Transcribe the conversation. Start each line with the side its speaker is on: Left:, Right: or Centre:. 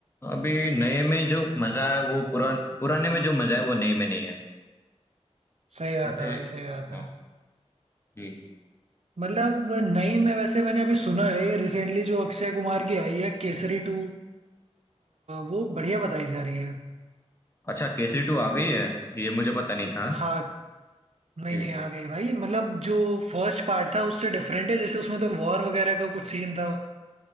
Left: अभी नए में जो मजा है वो पुरान पुराने में जो मजा है वो नए में नहीं है
Right: सही बात
Left: जैसे
Right: है भाई सही बात
Left: हाँ
Right: है
Left: जी
Right: मतलब नई में वैसे मैंने अभी सुना है रिसेंटली जो अक्षय कुमार की आई है केसरी टू वो बढ़िया बताई जा रही है
Left: अच्छा केसरी टू आ गई है ये मुझे पता नहीं था
Right: हाँ नहीं
Left: जी
Right: नहीं आ गई भाई मतलब जो फर्स्ट पार्ट था उससे डिफरेंट है जैसे उसमें तो वॉर वगैरह का कुछ सीन था